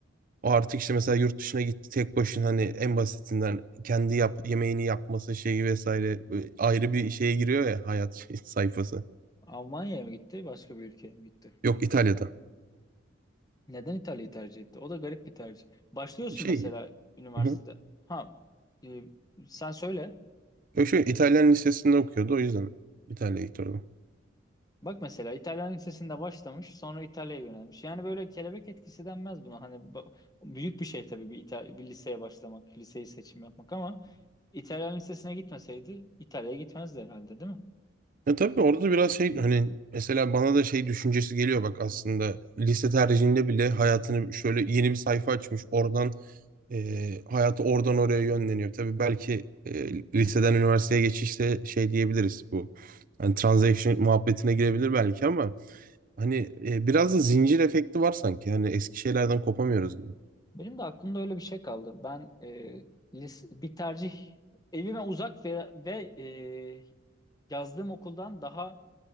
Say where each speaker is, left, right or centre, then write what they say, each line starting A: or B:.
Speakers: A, on the right; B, on the left.
A: O artık işte mesela yurt dışına gitti tek başına hani en basitinden kendi yap, yemeğini yapması şeyi vesaire böyle ayrı bir şeye giriyor ya hayat şey- <laughs> sayfası.
B: Almanya'ya mı gitti, başka bir ülkeye mi gitti?
A: Yok İtalya'da.
B: Neden İtalya'yı tercih etti? O da garip bir tercih. Başlıyorsun
A: Şey,
B: mesela üniversitede.
A: hı hı.
B: Ha, e, sen söyle.
A: Yok, Şu İtalyan lisesinde okuyordu o yüzden İtalya'ya gitti orada.
B: Bak mesela İtalyan lisesinde başlamış, sonra İtalya'ya yönelmiş. Yani böyle kelebek etkisi denmez buna. Hani ba- büyük bir şey tabii bir, İta- bir liseye başlamak, liseyi seçim yapmak ama İtalyan lisesine gitmeseydi İtalya'ya gitmezdi herhalde, değil mi?
A: Ya tabii orada biraz şey hani mesela bana da şey düşüncesi geliyor bak aslında lise tercihinde bile hayatını şöyle yeni bir sayfa açmış oradan e, hayatı oradan oraya yönleniyor. Tabii belki e, liseden üniversiteye geçişte şey diyebiliriz bu hani transaction muhabbetine girebilir belki ama hani e, biraz da zincir efekti var sanki hani eski şeylerden kopamıyoruz gibi.
B: Benim de aklımda öyle bir şey kaldı. Ben e, lise, bir tercih evime uzak ve, ve e, yazdığım okuldan daha